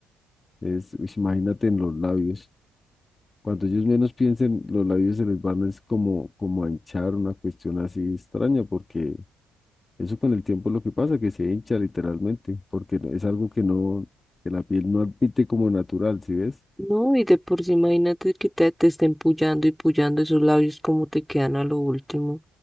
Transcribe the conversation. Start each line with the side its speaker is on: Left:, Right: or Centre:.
Left: Es, uish, imagínate en los labios. Cuando ellos menos piensen, los labios se les van es como, como a hinchar, una cuestión así extraña, porque eso con el tiempo es lo que pasa, que se hincha literalmente, porque no- es algo que no, que la piel no admite como natural, ¿sí ves?
Centre: No, y de por sí, imagínate que te, te estén pullando y pullando esos labios como te quedan a lo último.